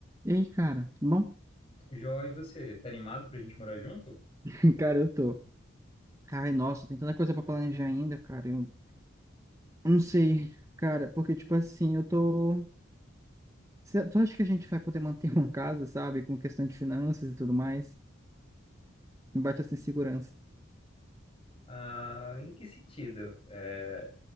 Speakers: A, on the right (about 15°); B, on the left (about 25°).
A: E aí, cara, tudo bom?
B: Jó, e você, tá animado pra gente morar junto?
A: <laughs> Cara, eu tô. Ai, nossa, tem tanta coisa pra planejar ainda, cara. Eu não sei, cara, porque, tipo assim, eu tô. Cê- Tu acha que a gente vai poder manter <laughs> uma casa, sabe? Com questão de finanças e tudo mais? Me bate essa insegurança.
B: Ah, em que sentido? É,